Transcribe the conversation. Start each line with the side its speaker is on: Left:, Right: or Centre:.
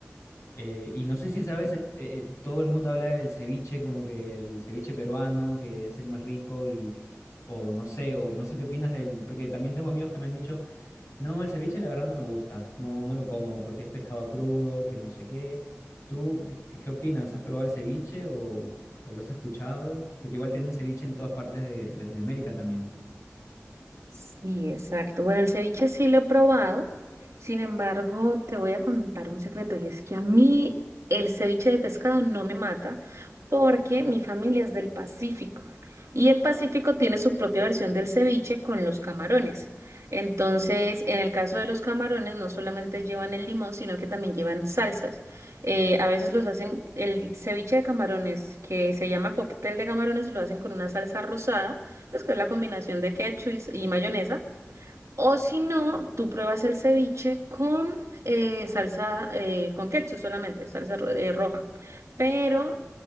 Left: Eh, y no sé si sabes, eh, eh, eh, todo el mundo habla del ceviche, como que el ceviche peruano, que es el más rico, y, o no sé, o no sé qué opinas del, porque también tengo amigos que me han dicho no, el ceviche la verdad no me gusta, no, no lo como porque es pescado crudo, que no sé qué. ¿Tú qué, qué- qué opinas? ¿Has probado el ceviche o, o lo has escuchado? Porque igual tienen ceviche en todas partes de Latinoamérica también.
Right: Sí, exacto. Bueno, el ceviche sí lo he probado. Sin embargo, te voy a contar un secreto y es que a mí el ceviche de pescado no me mata porque mi familia es del Pacífico y el Pacífico tiene su propia versión del ceviche con los camarones. Entonces, en el caso de los camarones, no solamente llevan el limón, sino que también llevan salsas. Eh, a veces los hacen, el ceviche de camarones, que se llama cóctel de camarones, lo hacen con una salsa rosada pues que es la combinación de ketchup y y mayonesa. O si no, tú pruebas el ceviche con eh, salsa, eh, con ketchup solamente, salsa ro- eh, roja. Pero